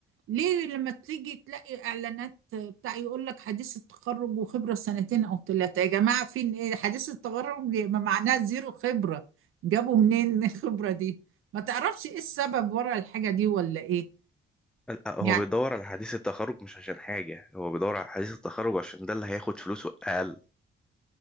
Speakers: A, on the right; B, in the centre.
A: ليه لما تيجي تلاقي اعلانات بتاع يقول لك حديث التخرج وخبره سنتين او ثلاثه يا جماعه فين ايه حديث التخرج يبقى معناها زيرو خبره جابوا منين <laughs> الخبره دي ما تعرفش ايه السبب ورا الحاجه دي ولا ايه
B: لا، هو
A: يعني
B: بيدور على حديث التخرج مش عشان حاجة هو بيدور على حديث التخرج عشان ده اللي هياخد فلوسه أقل